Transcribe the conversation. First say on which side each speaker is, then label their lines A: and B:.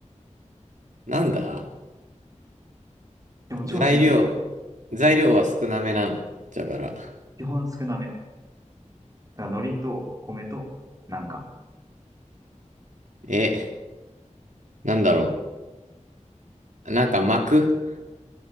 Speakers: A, on the right (about 75°); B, on the right (about 25°).
A: なんだ
B: でも超シンプルよ。
A: 材料、材料は少なめなの。だから。
B: 基本少なめ。だから海苔と米と、なんか、
A: え、なんだろう。なんか巻く